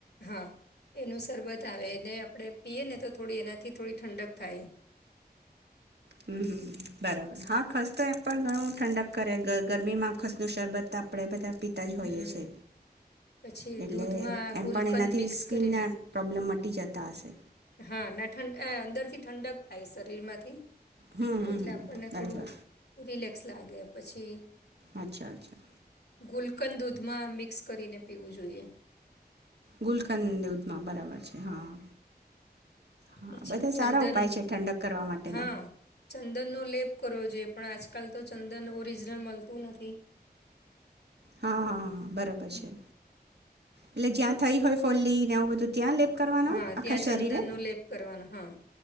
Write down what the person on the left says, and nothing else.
હા એનું સરબત આવે એને આપણે પીએ ને તો થોડી એનાથી થોડી ઠંડક થાય.
હમ
પછી
દૂધમાં
ગુલકંદ
મિક્સ
કરીને
હા ના ઠંડ અંદર થી ઠંડક થાય શરીરમાંથી.
એટલે
આપણને
થોડું રિલેક્સ લાગે પછી
ગુલકન દૂધમાં મિક્સ કરીને પીવું જોઈએ.
પછી
ચંદન
હા ચંદનનો લેપ. કરવો જોઈએ પણ આજકાલ તો ચંદન ઓરિજનલ મળતું નથી.
હ
હા
ત્યાં
ચંદન નો લેપ કરવાનો હા